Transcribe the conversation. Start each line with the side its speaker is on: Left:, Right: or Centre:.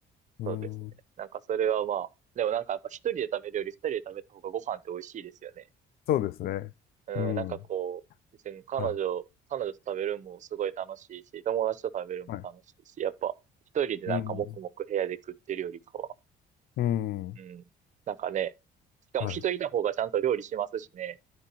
Left: うん。
Right: そうですね。
Left: はい
Right: なんかそれはまあ、でもなんかやっぱ一人で食べるより二人で食べた方がご飯って美味しいですよね。
Left: そうですね。
Right: うん、
Left: うん。
Right: なんかこう、別に彼女、
Left: はい。
Right: 彼女と食べるのもすごい楽しいし、友達と食べるのも楽しいし、
Left: はい。
Right: やっぱ一人でなんか黙々部屋で食ってるよりかは、
Left: うん。うん。
Right: うん。なんかね、しかも人いた方がちゃんと料理しますしね。
Left: はい。